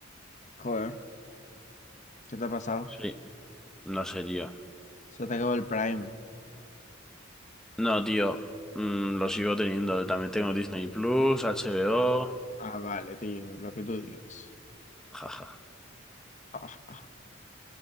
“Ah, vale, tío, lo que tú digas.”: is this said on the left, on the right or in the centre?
Left